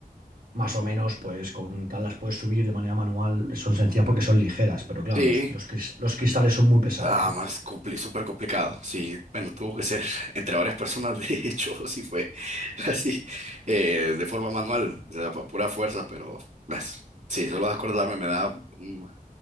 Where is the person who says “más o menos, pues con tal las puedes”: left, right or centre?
Right